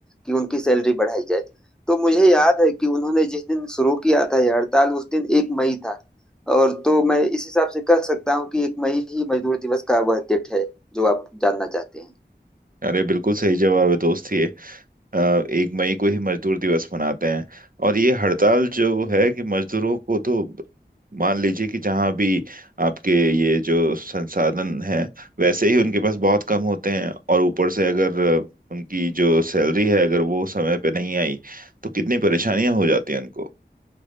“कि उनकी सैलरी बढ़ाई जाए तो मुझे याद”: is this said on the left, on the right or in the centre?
Centre